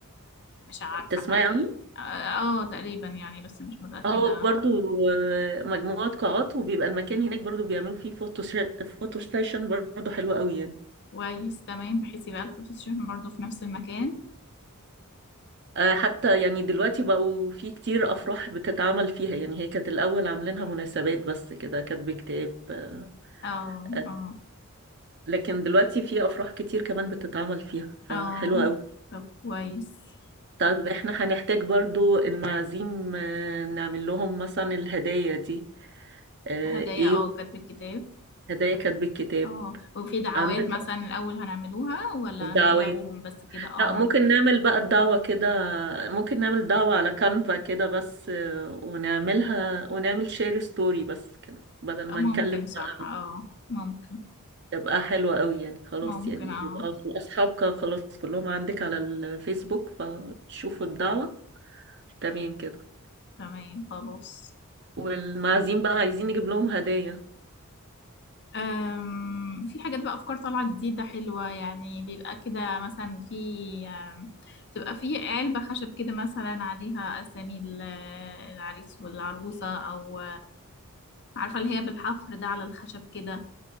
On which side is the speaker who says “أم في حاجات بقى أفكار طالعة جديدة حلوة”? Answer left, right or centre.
Left